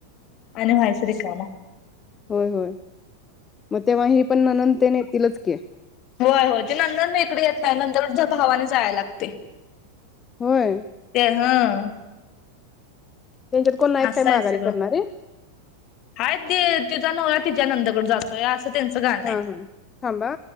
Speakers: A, on the left (about 40°); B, on the left (about 20°).
A: आणि व्हायचं रिकाम.
B: होय-होय मग तेव्हा हे पण. नंनद तेन येतीलच की.
A: होय होय ते ननंद बी इकडे येतच नाही. नंदकड भावानेच जायाय लागते.
B: होय.
A: हा.
B: त्यांच्यात कोण नाहीत
A: अस
B: काय माघारी
A: हाय सगळ.
B: करणारे
A: हाय ती. तिचा नवरा तिच्या नंदकड जातोय. असं त्यांचं गाण
B: हा
A: आहे.
B: हा थांबा